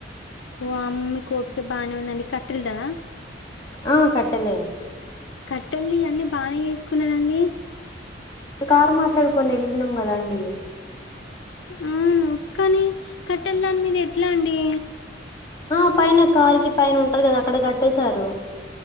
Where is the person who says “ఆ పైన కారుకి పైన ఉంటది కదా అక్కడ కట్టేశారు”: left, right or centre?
Left